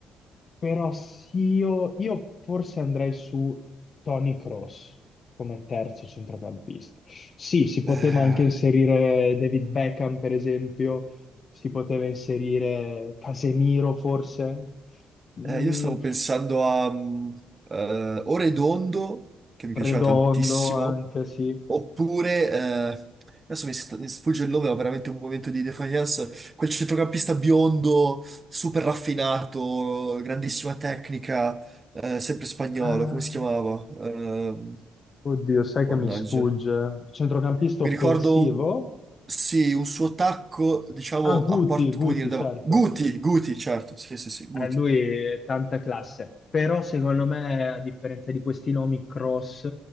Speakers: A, on the left (about 45°); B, on the right (about 30°).
A: Però sì, io, io forse andrei su Tony Cross come terzo centrocampista. Sì, si poteva
B: Eh,
A: anche inserire David Beckham, per esempio, si poteva inserire Casemiro, forse, Mm,
B: eh, io stavo pensando a mm, eh, Oredondo, che mi
A: Redondo
B: piaceva tantissimo.
A: anche, sì.
B: Oppure, eh, adesso mi, sta- mi sfugge il nome, ho veramente un momento di defiance, quel centrocampista biondo, super raffinato, grandissima tecnica, eh, sempre spagnolo,
A: Ah,
B: come si chiamava? Ehm,
A: oddio, sai
B: mannaggia.
A: che mi sfugge. Centrocampista
B: Mi
A: offensivo?
B: ricordo, un- sì, un suo tacco, diciamo,
A: Ah, Guti,
B: a porta,
A: Guti,
B: come dire, da...
A: certo.
B: Guti, Guti, certo, sì, sì, sì, Guti.
A: Eh, lui tanta classe, però secondo me, a differenza di questi nomi, Cross